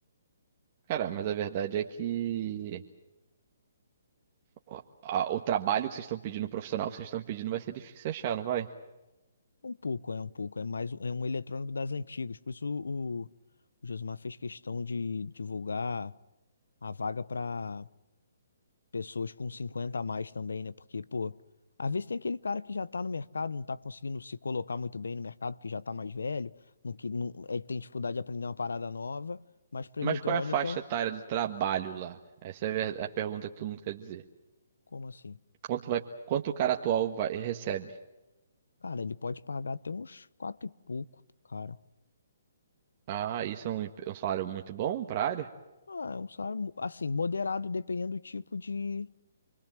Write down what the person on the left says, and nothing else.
Um pouco, é um pouco. É mais um- é um eletrônico das antigas. Por isso o, o Josmar fez questão de divulgar a vaga para pessoas com 50 a mais também, né? Porque, pô, às vezes tem aquele cara que já tá no mercado, não tá conseguindo se colocar muito bem no mercado porque já tá mais velho, não, que, não, é, tem dificuldade de aprender uma parada nova, mas para eletrônica,
como assim?
Cara, ele pode pagar até uns quatro e pouco, cara.
Ah, é um salário, assim, moderado dependendo do tipo de